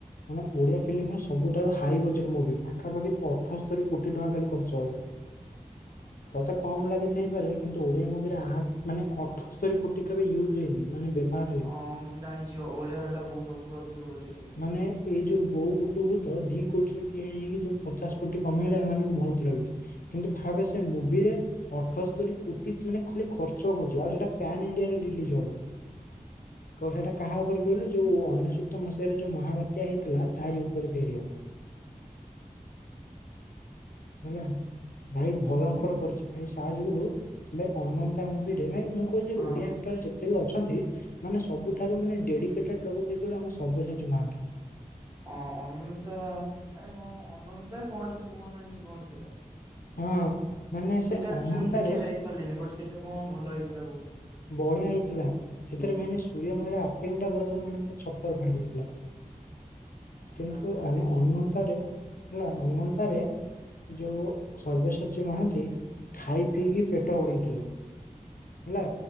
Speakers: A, on the left; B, on the right.
A: ମାନେ ଓଡିଆ
B: ହଁ
A: ଫିଲ୍ମର ସବୁଠାରୁ ହାଇ ବଜେଟ୍ ମୁଭି ପାଖାପାଖି ପ ଅଠସ୍ତରୀ କୋଟି ଟଙ୍କା ଖାଲି ଖର୍ଚ୍ଚ ହବ।
B: ଓହୋ।
A: ତତେ କମ ଲାଗି ଥାଇ ହେଇପାରେ କିନ୍ତୁ ଓଡିଆ ମୁଭିରେ ଆ ମାନେ ଅଠସ୍ତରୀ କୋଟି କେବେ ବି ୟୁଜ୍ ହେଇନି। ମାନେ ବ୍ୟବହାର ହେଇନି।
B: ହଁ ଜାଣିଛିିବ ଓଡିଆ ଭଟା ବହୁତ ସବୁଠୁ ଅଧିକ ବଜେଟ ହେଇଗଲା।
A: ମାନେ ଏଇ ଯୋଉ ବୋଉ ବୁଟ ଭୂତ ଯଉ ଦି କୋଟିରେ ତିଆରି ହେଇକି ଯୋଉ ପଚାଶ କୋଟି କମେଇଲା ଏମାନଙ୍କୁ ବହୁତ ଲାଗୁଛି କିନ୍ତୁ ଭାବେ ସେ ମୁଭିରେ ଅଠସ୍ତୀ କୋଟି ମାନେ ଖଚ ହଇିଲ
B: ହୁଁ ହୁଁ
A: ହବ କାହା ଉପରେ କହିଲୁ ଯୋଉ ଅନସୂକ୍ତ ମସିହାରେ ଯୋଉ ମହାବାତ୍ୟା ହେଇଥିଲା ତାରି ଉପରେ ତିଆରି ହବ
B: ହ।
A: ହେଲା। ଭାଇ ଭୟଙ୍କର କରିଛି ଭାଇ ସାହାଯ୍ୟୋଗରୁ ଭ ଅନନ୍ତା ମୁଭିରେ ମୁଁ ୁ ଯେ
B: ହଁ
A: ଓଡିଆ ଆକ୍ଟର ଯେ କେତେ ବି ଅଛନ୍ତି ମାନେ ସବୁଠାରୁ ମାନେ ଡେଡିକେଟେଡ ଲୋକ କି ଆମ ସବ୍ୟସାଜୀ ମହାନ୍ତି।
B: ହଁ ଅନନ୍ତା ଆରେ ହଁ ଅନନ୍ତା କହଟେ ପୁଅ ନା ଏମତି କୁହଟେ ଥିଲା।
A: ହଁ। ମାନେ
B: ସେଇଟା
A: ସେ
B: ଆକ୍ଚୁଆଲି
A: ଅନନ୍ତାରେ
B: ମୁଁ ଦେଖିବାକୁ ଯାଇପାରିଲିନି ବଟ୍ ସେଇଟା କଣ ଭଲ ହେଇଥିଲା କହୁଛନ୍ତି।
A: ବଢିଆ ହେଇଥିଲା। ସେଥିରେ ମେ ସୂର୍ଯ୍ୟମୟା ମାନେୁର ଛପର ଫା ଦେଇଥିଲା।
B: ହଁ
A: କିନ୍ତୁ
B: ନା ମୁଁ ଏରା
A: ଅନ୍ୟତାରେ।
B: ଦେଖିନି ଆଉ
A: ହେଲା ଅନନ୍ତରେ ଯୋଉ। ସୈବସାଚୀ ମହାନ୍ତି ଖାଇ ପିଇକି ପେଟ ବଢିଥିଲା। ହେଲା